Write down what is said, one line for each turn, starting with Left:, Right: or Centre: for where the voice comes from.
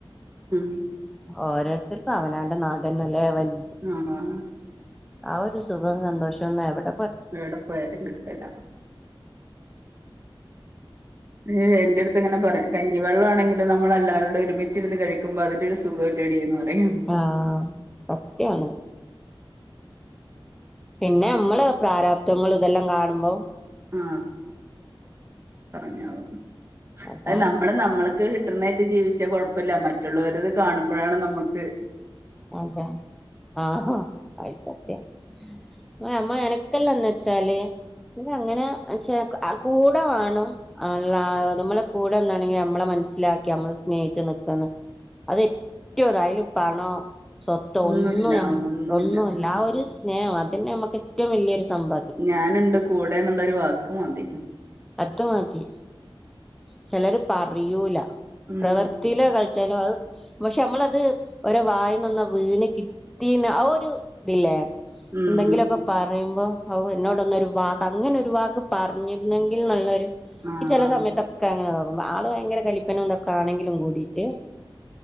Right: ഉം
Centre: ഓരോരുത്തർക്ക് അവനാന്റെ നാടന്നല്ലെ വൽ
Right: ഉം.
Centre: ആ ഒരു സുഖം സന്തോഷം ഒന്നു എവിട
Right: ഏടെ പോയാലും കിട്ടൂല ഏഹ എന്റെടുത്ത് ഇങ്ങനെ പറയു കഞ്ഞി വെള്ളാണെ നമ്മളെല്ലാരോടെ ഒരുമിച്ചിരു കഴിക്കുമ്പോ അതിന്റെരു സുഖല്ലോടി എന്ന് പറയും.
Centre: ആഹ്‌ സത്യാണ് പിന്നെ നമ്മള് പ്രാരാബ്ദങ്ങൾ ഇതെല്ലാം കാണുമ്പം
Right: ആ പറഞ്ഞാവോ
Centre: അതാണ്
Right: അത് നമ്മള് നമ്മള്. ക്ക് കിട്ടുന്നായിട്ട് ജീവിച്ചാ കൊഴപ്പല്ല മറ്റുള്ളോർത് കാണുമ്പഴാണ് നമ്മക്ക്
Centre: അതെ ആഹഹ അയി സത്യ മാ മാ എനക്കല്ലന്ന് വെച്ചാല് ത് അങ്ങനെച്ച കൂടെ വേണം ആല്ല നമ്മടെ കൂടെ നിന്നേനെകി നമ്മളെ മനസ്സിലാക്കി നമ്മള് സ്നേഹിച് നികാന്ന് അതേറ്റു താ അയില് പണോ സൊത്തോ
Right: ഒന്നുമില്ല
Centre: ഒന്നു
Right: ആ, ഒന്നുമില്ല
Centre: ഒന്നുല്ല
Right: ഉം.
Centre: ആ ഒരു സ്നേഹം അതെന്നെ നമ്മക്ക് ഏറ്റവും വലിയൊരു സംഭ
Right: ഞാന്ണ്ട് കൂടെ എന്നുള്ളരു വാക്ക് മതി
Centre: അത് മതി ചേലർ പറയൂല
Right: ഉം
Centre: പ്രവർത്തിയില കാ ച്ചാലോ അ പക്ഷെ നമ്മളത് ഓരോ വായിനൊന്ന് വീണ് കിട്ടീണെ ആ ഒരു തില്ലേ
Right: ഉം
Centre: എന്തെങ്കിലൊക്കെ പറയുമ്പോ ഓ എന്നോടൊന്നൊരു വാ അങ്ങനെ ഒരു വാക്ക് പറഞ്ഞിരുന്നെങ്കിൽ ന്നുള്ളൊരു
Right: ആഹ്
Centre: ക്ക് ചെല സമയത്തൊക്കെ അങ്ങനെ തൊന്നുമ്പ ആള് ഭയങ്കര കലിപ്പനും ഇതൊക്കെ ആണെങ്കിലും കൂടീട്ട്